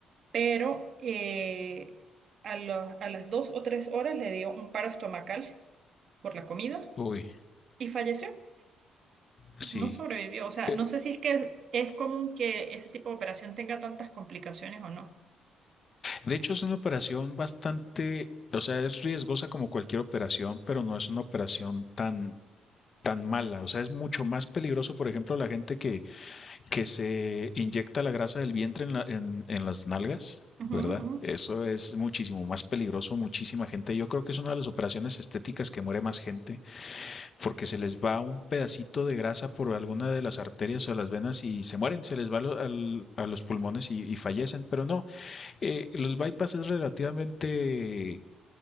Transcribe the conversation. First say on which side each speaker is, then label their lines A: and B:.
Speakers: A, on the right (about 55°); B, on the left (about 45°).
A: pero eh, a, la- a las dos o tres horas le dio un paro estomacal por la comida
B: uy,
A: y falleció.
B: sí.
A: No sobrevivió. O sea,
B: Eh,
A: no sé si es que es común que ese tipo de operación tenga tantas complicaciones o no.
B: De hecho, es una operación bastante, o sea, es riesgosa como cualquier operación, pero no es una operación tan, tan mala. O sea, es mucho más peligroso, por ejemplo, la gente que, que se inyecta la grasa del vientre en la- en, en las nalgas,
A: Ujú,
B: ¿verdad?
A: ujú.
B: Eso es muchísimo más peligroso, muchísima gente. Yo creo que es una de las operaciones estéticas que muere más gente, porque se les va un pedacito de grasa por alguna de las arterias o las venas y se mueren, se les va lo- al- a los pulmones y y fallecen, pero no. Eh, los bypass es relativamente,